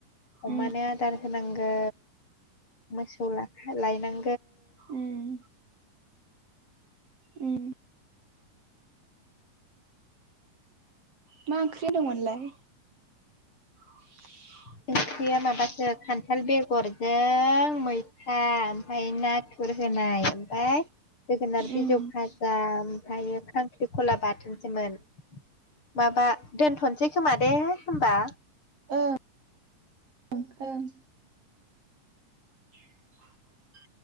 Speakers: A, on the left; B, on the right.
A: अमानो
B: उम
A: आदार होनांगौ मोसौ लायनां
B: उम उम मा ओंख्रि होनदों मोनलाय? <inaudible>
A: <inaudible> ख्रिया माबासो खान्थाल बेगरजों मैथा ओमफ्राय नाथुर हो नाय ओमफ्राय जोगोनार बिजौ
B: उम
A: फाजा ओमफ्रायो खांख्रिखला बाथोनसोमोन। माबा दोनथ'सै खोमा दे होमबा।
B: ओ औ <inaudible>